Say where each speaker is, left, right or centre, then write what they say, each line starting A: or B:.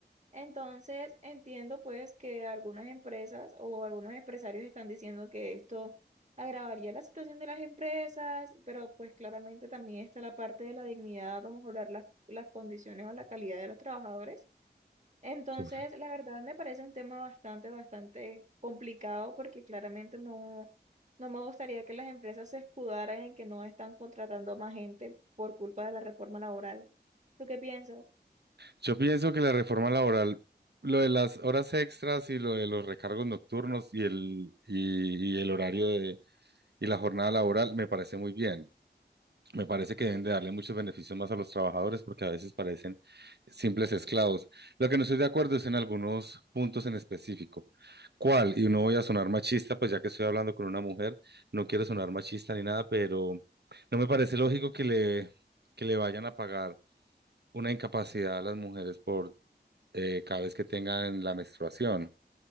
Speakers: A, on the right (about 40°); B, on the right (about 70°).
A: Entonces, entiendo pues que algunas empresas o algunos empresarios están diciendo que esto agravaría la situación de las empresas, pero pues claramente también está la parte de la dignidad o mejorar las, las condiciones o la calidad de los trabajadores. Entonces,
B: corre-
A: la verdad me parece un tema bastante, bastante complicado porque claramente no, no me gustaría que las empresas se escudaran en que no están contratando más gente por culpa de la reforma laboral. ¿Tú qué piensas?
B: Yo pienso que la reforma laboral, lo de las horas extras y lo de los recargos nocturnos y el, y, y el horario de, y la jornada laboral me parece muy bien. Me parece que deben de darle muchos beneficios más a los trabajadores porque a veces parecen simples esclavos. Lo que no estoy de acuerdo es en algunos puntos en específico. ¿Cuál? Y no voy a sonar machista, pues ya que estoy hablando con una mujer, no quiero sonar machista ni nada, pero no me parece lógico que le, que le vayan a pagar una incapacidad a las mujeres por eh, cada vez que tengan la menstruación.